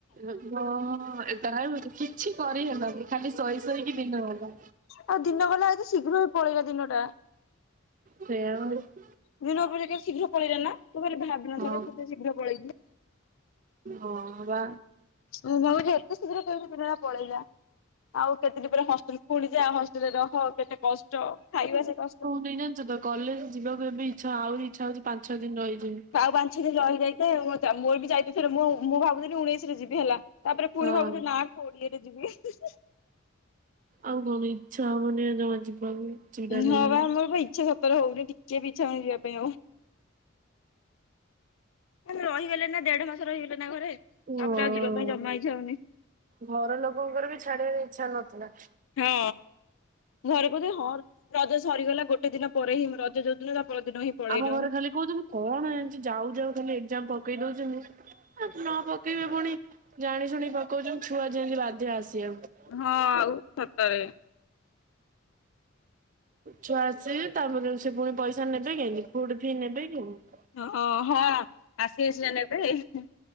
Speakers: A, on the right; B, on the left.
A: ହଁ <unintelligible> କିଛି କରିହେଲାନି ଖାଲି ଶୋଇ ଶୋଇକି ଦିନ ଗଲା।
B: ଆଉ ଦିନ ଗଲା ଏତେ ଶୀଘ୍ର ଏଇ ପଳେଇଲା ଦିନଟା।
A: ସେଇଆ <unintelligible>
B: ଦିନରେ <unintelligible> ଶୀଘ୍ର ପଳେଇଲା ନା ତୁ ଖାଲି ଭାବିନଥେଲେ
A: ହଁ।
B: ସେ ଏତେ ଶୀଘ୍ର ପଳେଇ <unintelligible>
A: ହଁ ବା।
B: ମୁଁ ଭାବୁଚି ଏତେ ଶୀଘ୍ର କେମିତି ଦିନ ରା ପଳେଇଲା ଆଉ କେତେ ଟି ପରେ ହଷ୍ଟେଲ ପୁଣି ଯା ହଷ୍ ରେ ରହ କେତେ କଷ୍ଟ ଖାଇବା ସେ କଷ୍ଟ
A: ନାଇଁ ଜାଣଚୁ ତ କଲେଜ ଯିବାକୁ ଏବେ ଇଛା ଆଉରି ଇଚ୍ଛା ହଉଚି ପାଞ୍ଚ୍ ଛଅ ଦିନ ରହିଯିବି।
B: ଆଉ ପାଞ୍ଚ୍ ଛଅ ଦିନ ରହିଯାଇଥାଏ ମୋ ଚାଲ୍ ମୋର ବି ଯାଇଥିଲି <unintelligible> ମୁଁ ମୁଁ ଭାବୁଥିଲି ଉଣେଇଶି ରେ ଯିବି ହେଲା ତାପରେ ପୁଣି
A: ହଁ
B: ଭାବୁଛି ନା କୋଡିଏରେ ଯିବି ହିଁ ହିଁ।
A: ଆଉ କଣ ଏଇ ଇଚ୍ଛା ହଉନି ଜମା ଯିବାକୁ। ଚିଡା ଲାଗିବ।
B: ନାଁ ବା ମୋର ବା ଇଚ୍ଛା ସତରେ ହଉନି ଟିକେ ବି ଇଚ୍ଛା ହଉନି ଯିବା ପାଇଁ ଆଉ। ମାନେ ରହିଗଲେ ନା ଦେଢ ମାସ ରହିଗଲେ ନା ଘରେ ତାପରେ
A: ହଁ
B: ଆଉ ଯିବା ପାଇଁ ଜମା ଇଚ୍ଛା ହଉନି।
A: ଘର ଲୋକଙ୍କର ବି ଛାଡିବାରେ ଇଚ୍ଛା ନଥିଲା।
B: ହଁ ଘରେ କହୁଛନ୍ତି ହଁ ର ରଜ ସରିଗଲା ଗୋଟେ ଦିନ ପରେ ହିଁ ରଜ ଯୋଉଦିନ ତା ପରଦିନ ହିଁ ପଳେଇଲ।
A: ଆମ ଘରେ ଖାଲି କହୁଚନ୍ତି କଣ ଏମତି ଯାଉ ଯାଉ ଖାଲି ଏକଜାମ୍ ପକେଇ ଦଉଚନ୍ତି ଏ ନା ପକ୍ କି ପୁଣି ଜାଣିଶୁଣି ପକଉଚନ୍ତି ଛୁଆ ଯେମିତି ବାଧ୍ୟ ଆସିିଆକୁ।
B: ହଁ ଆଉ ସତରେ।
A: ଛୁଆ ଆସିବେ ତାପରେ ସେ ପୁଣି ପଇସା ନେବେ କେମତି ଫୁଡ ଫି ନେବେ କେମି
B: ଓ ଅ ହଁ ଆସିଲେ ସିନା ନେବେ ଉ ହୁଁ।